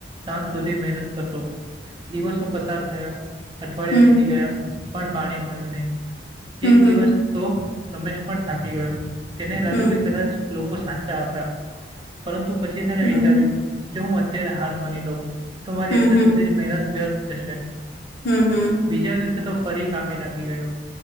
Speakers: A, on the right; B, on the left.
A: સાંજ સુધી મહેનત કરતો દિવસો પસાર થયા. અઠવાડિયા
B: હમ
A: વીતી ગયા. પણ પાણી મળ્યું નહી.
B: હમ
A: એક
B: હમ
A: દિવસ તો. રમેશ પણ થાકી ગયો. તેને લાગ્યું
B: હમ
A: કે કદાચ. લોકો સાથે. હતા પરંતુ પછી તેને
B: હમ
A: વિચાર્યુ. જો હું અત્યારે હાર માની લોઉં તમારી
B: હમ
A: અત્યાર
B: હમ
A: સુધી જ મહેનત વ્યર્થ જશે.
B: હમ હમ
A: બીજા દિવસે તો ફરી કામે લાગી ગયો.